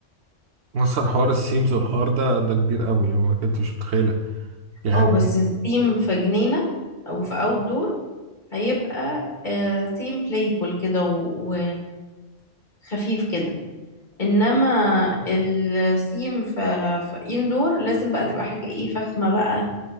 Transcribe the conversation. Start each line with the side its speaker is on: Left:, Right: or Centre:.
Right: اصلا حوار السيمز والحوار ده ده كبير قوي يعني ما كنتش متخيله يعني
Left: اه بس الثيم في جنينة او في اوت دور هيبقى ثيم بلايفول كده و... خفيف كده انما السيم في, في اندور لازم بقى تبقى حاجة ايه فخمة بقى